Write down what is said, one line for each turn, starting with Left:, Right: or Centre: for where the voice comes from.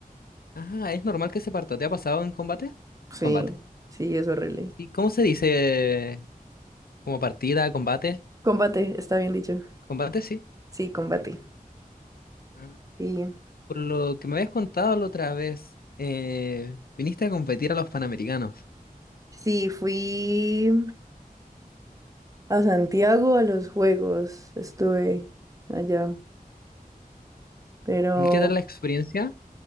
Left: Ah, es normal que se parta. ¿Te ha pasado en combate?
Right: Sí,
Left: Combate.
Right: sí, es horrible.
Left: ¿Y cómo se dice? ¿Como partida, combate?
Right: Combate, está bien dicho.
Left: Combate, sí.
Right: Sí, combate.
Left: Ah,
Right: Sí.
Left: Por lo que me habías contado la otra vez, eh, viniste a competir a los Panamericanos.
Right: Sí, fui a Santiago a los juegos. Estuve allá. Pero
Left: ¿Y qué tal la experiencia?